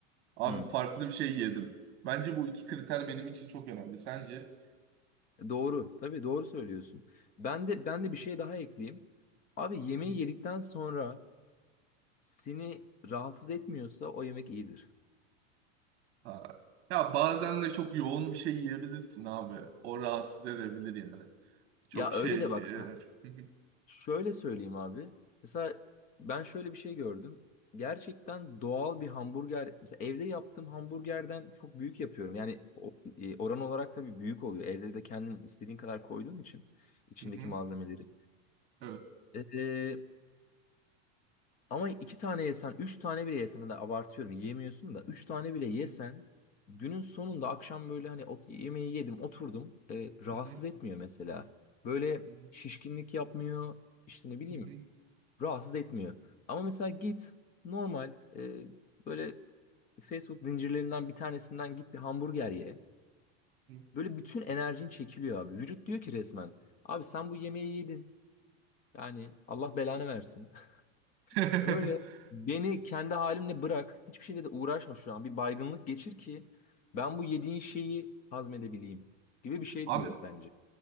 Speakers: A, on the right; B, on the left.
A: Abi
B: Hmm.
A: farklı bir şey yedim. Bence bu iki kriter benim için çok önemli. Sence?
B: Doğru. Tabii doğru söylüyorsun. Ben de ben de bir şey daha ekleyeyim. Abi yemeği
A: Hı hı.
B: yedikten sonra seni rahatsız etmiyorsa o yemek iyidir.
A: Ha. Ya bazen de çok yoğun bir şey yiyebilirsin abi. O rahatsız edebilir yani. Çok
B: Ya öyle
A: şey.
B: de bak
A: e, <laughs> hı hı,
B: Şöyle söyleyeyim abi. Mesela ben şöyle bir şey gördüm. Gerçekten doğal bir hamburger. Mesela evde yaptığım hamburgerden çok büyük yapıyorum. Yani o- e, oran olarak tabii büyük oluyor. Evde de kendin istediğin kadar koyduğun için içindeki
A: hı hı,
B: malzemeleri.
A: Evet.
B: E, e, ama iki tane yesen, üç tane bile yesen da abartıyorum. Yiyemiyorsun da. Üç tane bile yesen
A: Hı
B: günün sonunda akşam böyle hani ot, yemeği yedim oturdum. E, rahatsız
A: hı,
B: etmiyor mesela. Böyle
A: hı hı,
B: şişkinlik yapmıyor. İşte ne bileyim
A: hı hı,
B: rahatsız etmiyor. Ama mesela git normal e, böyle fast food zincirlerinden bir tanesinden git bir hamburger ye.
A: hı.
B: Böyle bütün enerjin çekiliyor abi. Vücut diyor ki resmen abi sen bu yemeği yedin. Yani Allah belanı versin. <laughs>
A: <laughs>
B: Böyle beni kendi halimle bırak. Hiçbir şeyle de uğraşma şu an. Bir baygınlık geçir ki ben bu yediğin şeyi hazmedebileyim gibi bir şey
A: Abi
B: diyor bence.